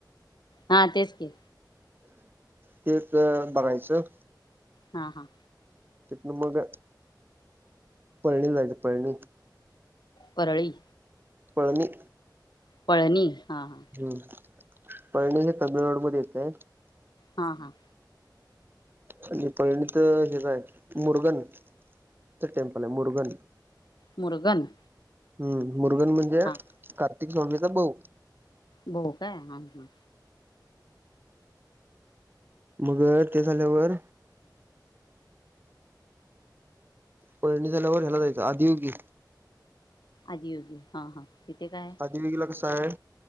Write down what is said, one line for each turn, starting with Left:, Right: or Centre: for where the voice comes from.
Left: हा तेच कि
Right: तेच बघायचं.
Left: हा हा.
Right: तिथंन मग. पळणीला जायचे पळणीत
Left: परळी
Right: पळनी
Left: पळणी हा हा.
Right: हम्म पळणी हे तामिळनाडूमध्ये येतय.
Left: हा हा.
Right: म्हजे पळणीतच हेज हाय, मुरगन च टेम्पल हाय, मुरगन
Left: मुरगन
Right: हम् मुरगन म्हणजे
Left: हा
Right: कार्तिक स्वाभीचा भाऊ
Left: बघू काय हा हा?
Right: मग ते झाल्यावर पळणी झाल्यावर ह्याला जायच, आदि योगी
Left: आदी योगी हा हां तिथे काय हाय?
Right: आदी योगीला कस हाय?